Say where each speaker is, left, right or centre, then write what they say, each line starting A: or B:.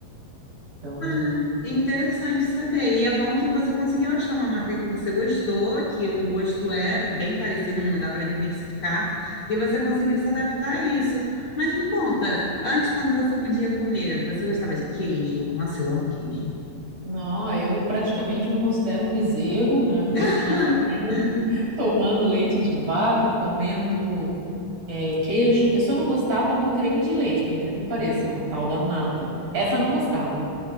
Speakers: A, on the right; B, on the left.
A: então,
B: Ah, interessante saber. E é bom que você conseguiu achar uma marca que você gostou, que o gosto é bem parecido, não dá para diversificar, e você conseguiu se adaptar a isso. Mas me conta, antes, quando você podia comer, você gostava de queijo? Nossa, eu amo queijo.
A: não, eu praticamente me considero um bezerro, né, eu cresci
B: <laughs>
A: na fazenda <laughs> tomando leite de vaca, comendo eh, queijo, eu só não gostava do creme de leite, por incrível que pareça, a tal da nata, essa eu não gostava.